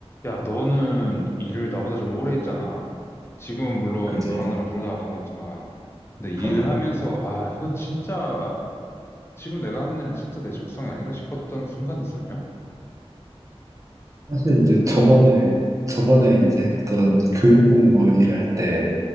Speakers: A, on the left; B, on the right.
A: 야, 너는 일을 나보다 좀 오래 했잖아. 지금은 물론
B: 그지.
A: 너랑 나랑 둘 다 안 하고 있지만. 근데 일하면서,
B: 어,
A: 아, 이건 진짜, 지금 내가 하는 일은 진짜 내 적성이 아니다 싶었던 순간 있었냐?
B: 사실 이제 저번에, 저번에 이제 했던 교육 공무원 일할 때,